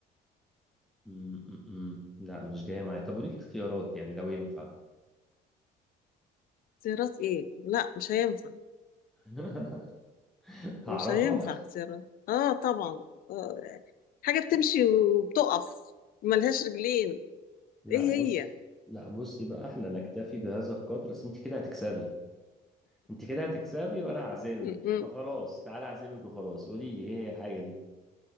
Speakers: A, in the centre; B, on the left.
A: م-م-م. لا مش جاية معايا طب قولي لي اختيارات يعني لو ينفع
B: زي راس ايه لا مش هينفع
A: <laughs> هعرفها
B: مش هينفع كتيرة اه طبعا آه. حاجة بتمشي وبتقف ملهاش رجلين
A: لا
B: ايه هي
A: بص لا بص يبقى احنا نكتفي بهذا القدر بس انت كده هتكسبي انت كده هتكسبي وانا هعزمك
B: <laughs>
A: فخلاص تعالى اعزمك وخلاص قولي لي ايه هي الحاجة دي